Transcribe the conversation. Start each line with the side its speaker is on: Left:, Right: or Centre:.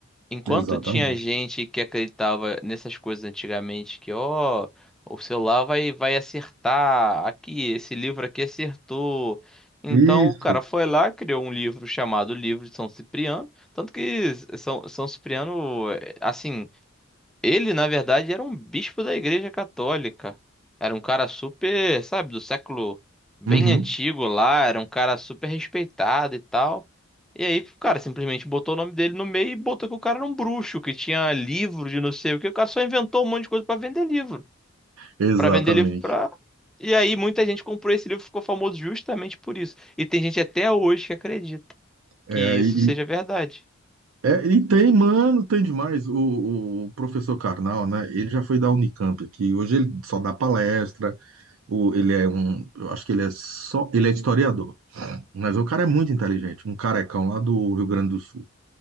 Centre: Enquanto
Right: exatamente.
Centre: tinha gente que acreditava nessas coisas antigamente, que, ó, o celular vai, vai acertar, aqui, esse livro aqui acertou. Então
Right: Isso.
Centre: o cara foi lá, criou um livro chamado Livro de São Cipriano. Tanto que São, São Cipriano, é, assim. Ele, na verdade, era um bispo da Igreja Católica. Era um cara super, sabe, do século bem
Right: Uhum,
Centre: antigo lá, era um cara super respeitado e tal. E aí, o cara simplesmente botou o nome dele no meio e botou que o cara era um bruxo, que tinha livro de não sei o que. O cara só inventou um monte de coisa pra vender livro,
Right: exatamente.
Centre: Pra vender livro pra. E aí, muita gente comprou esse livro, e ficou famoso justamente por isso. E tem gente até hoje que acredita
Right: É,
Centre: que isso
Right: e,
Centre: seja
Right: e-
Centre: verdade.
Right: é, e tem, mano, tem demais. O, o professor Karnal, né? Ele já foi da Unicamp aqui. Hoje ele só dá palestra, O, ele é um, eu acho que ele é só, ele é historiador, mas o cara é muito inteligente, um carecão lá do Rio Grande do Sul.